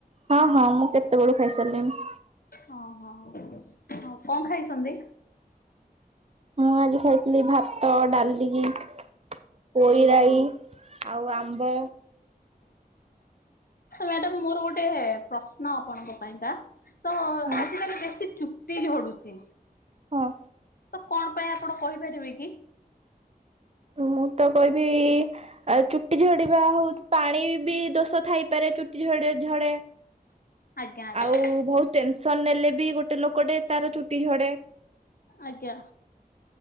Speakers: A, on the right (about 45°); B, on the left (about 70°).
A: ହଁ, ହଁ ମୁଁ କେତେବେଳୁ ଖାଇସାରିଲିଣିି।
B: ହଁ, ହଁ, ହଁ କଣ ଖାଇଛନ୍ତି।
A: ମୁଁ ଆଜି ଖାଇଥିଲି ଭାତ, ଡାଲି। ଟିକେ ପୋଇରାଇ
B: ହୁଁ ହୁଁ
A: ଆଉ ଆମ୍ବ।
B: ମ୍ୟାଡାମ ମୋର ଗୋଟେ ପ୍ରଶ୍ନ ଆପଣଙ୍କ ପାଇଁକା। ତ ଆଜିକାଲି
A: ହଁ
B: ବେଶୀ ଚୁଟି ଝଡୁଛି।
A: ହଁ।
B: ତ କଣ ପାଇଁ ଆପଣ କହିପାରିବେ କି?
A: ମୁଁ ତ କହିବି ଆଉ ଚୁଟି ଝଡ଼ିବା ହଉଛି ପାଣି ବି ଦୋଷ ଥାଇପାରେ ଚୁଟି ଝଡ଼େ ଝଡେ।
B: ଆଜ୍ଞା ଆଜ୍ଞା।
A: ଆଉ ବହୁତ ଟେନସନ ନେଲେ ବି ଗୋଟେ ଲୋକଟେ ତାର ଚୁଟି ଝଡେ।
B: ଆଜ୍ଞା